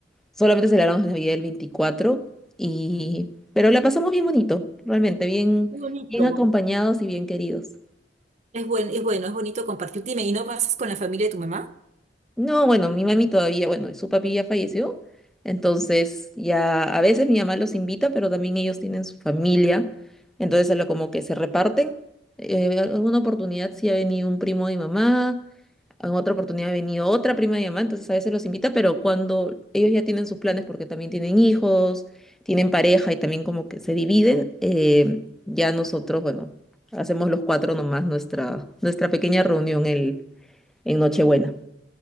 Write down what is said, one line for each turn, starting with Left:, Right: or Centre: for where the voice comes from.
Centre: solamente celebramos Navidad el 24 y... Pero la pasamos bien bonito, realmente, bien,
Right: Es bonito,
Centre: bien acompañados y bien queridos.
Right: es buen es bueno, es bonito compartir. Dime, ¿y no pasas con la familia de tu mamá?
Centre: No, bueno, mi mami todavía, bueno, su papi ya falleció, entonces ya a veces mi mamá los invita, pero también ellos tienen su familia, entonces a lo como que se reparten. Eh, alguna oportunidad sí ha venido un primo de mi mamá, en otra oportunidad ha venido otra prima de mi mamá, entonces a veces los invita, pero cuando ellos ya tienen sus planes porque también tienen hijos, tienen pareja y también como que se dividen, eh, ya nosotros, bueno, hacemos los cuatro nomás nuestra, nuestra pequeña reunión el, en Nochebuena.